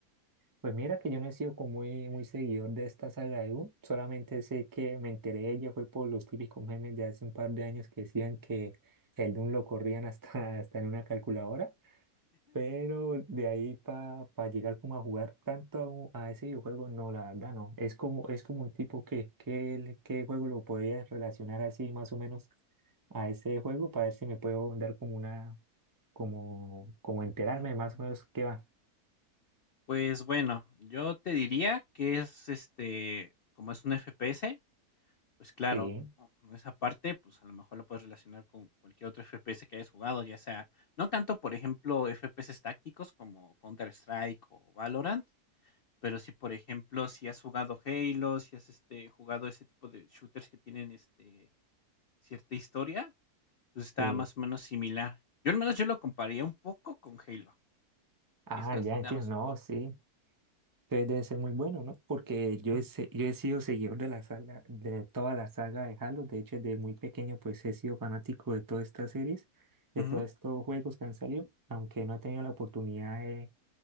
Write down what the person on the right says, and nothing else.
Pues mira que yo no he sido como muy, muy seguidor de esta saga de U, solamente sé que me enteré de ella fue por los típicos memes de hace un par de años que decían que el Doom lo corrían hasta, <laughs> hasta en una calculadora, pero de ahí para llegar como a jugar tanto a, u- a ese videojuego, no, la verdad no, es como, es como un tipo que, que, qué juego lo podría relacionar así más o menos a ese juego para ver si me puedo dar como una, como, como enterarme
más o menos qué va.
Sí,
sí.
Ah,
ya entiendo,
no,
sí. Entonces debe ser muy bueno, ¿no? Porque yo he, se- yo he sido seguidor de la saga, de toda la saga de Halo. De hecho, desde muy pequeño, pues he sido fanático de todas estas series, de
todos estos juegos que han salido, aunque no he tenido la oportunidad de